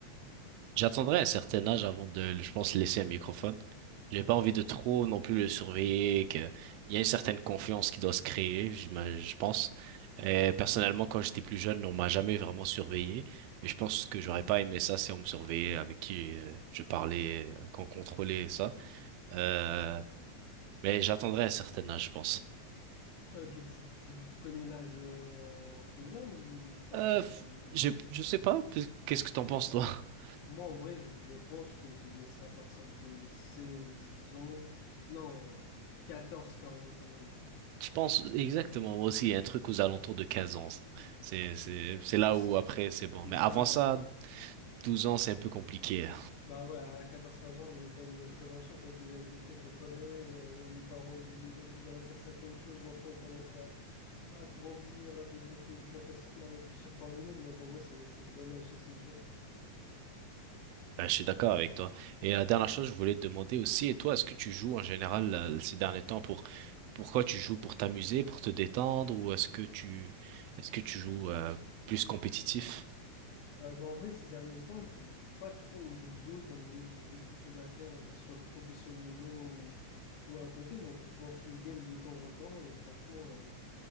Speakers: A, on the right (about 85°); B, on the left (about 80°).
A: J'attendrai un certain âge avant de, je pense, laisser un microphone. J'ai pas envie de trop non plus le surveiller, que il y a une certaine confiance qui doit se créer, je, me- je pense. Et personnellement, quand j'étais plus jeune, on m'a jamais vraiment surveillé. Et je pense que j'aurais pas aimé ça si on me surveillait, avec qui euh, je parlais, euh, qu'on contrôlait ça. Euh, mais j'attendrai un certain âge, je pense.
B: Ok, tu, tu- tu connais l'âge euh, en- déjà ou t'as
A: Euh,
B: pas encore
A: f-
B: d'idée dessus?
A: j'ai- je sais pas, p- qu'est-ce que t'en penses toi? <laughs>
B: Moi, en vrai, je pense que je les laisserai à partir de 16 ans. Non, quatorze quinze ans quand même.
A: Je pense exactement, moi aussi, il y a un truc aux alentours de 15 ans. C'est, c'est, c'est
B: Juste,
A: là où après
B: C'est
A: c'est bon. Mais
B: ça,
A: avant
B: là.
A: ça, 12 ans, c'est un peu compliqué.
B: Bah ouais, à quatorze quinze ans, il- t'as une prévention qui a déjà été faite au collège. euh, Les parents, ils ont déjà dû leur dire certaines choses. L'enfant, il commence à, à grandir, à développer une capacité à réfléchir par lui-même. Donc, en vrai, c'est c'est le bon âge, ça, c'est sûr.
A: Ouais, je suis d'accord avec toi. Et la dernière chose, je voulais te demander aussi, et toi, est-ce que tu joues en général euh, ces derniers temps pour, pourquoi tu joues pour t'amuser, pour te détendre, ou est-ce que tu, est-ce que tu joues euh, plus compétitif?
B: Euh, bah, en vrai, ces derniers temps, je joue pas trop aux jeux vidéo, étant donné que j'ai beaucoup de choses à faire, que ce soit professionnellement ou, ou à côté. Donc, je lance une game de temps en temps, et franchement, euh,